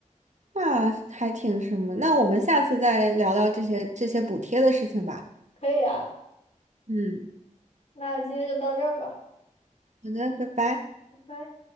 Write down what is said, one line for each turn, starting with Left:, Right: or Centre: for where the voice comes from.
Right: 那还挺什么？那我们下次再聊聊这些这些补贴的事情吧。
Left: 可以啊，
Right: 嗯，
Left: 那今天就到这儿吧，
Right: 好的，拜拜。
Left: 拜拜。